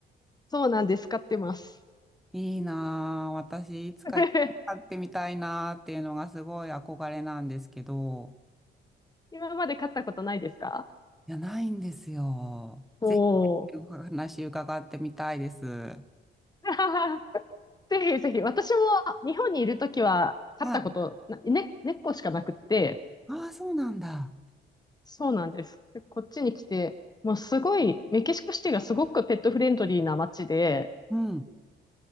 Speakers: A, on the left; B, in the centre.
A: そうなんです。買ってます。
B: いいなー、私、いつか飼ってみたいなーっていうのがすごい憧れなんですけど、
A: <laughs> 今まで買ったことないですか
B: いや、ないんですよ。
A: おー。
B: ぜひ、お話伺ってみたいです。は
A: <laughs> ぜひぜひ。私も日本にいるときは買ったことな、
B: い。
A: ね、猫しかなくって、
B: ああ、そうなんだ。
A: そうなんです。で、こっちに来て、もうすごい、メキシコシティがすごくペットフレンドリーな街で、
B: うん。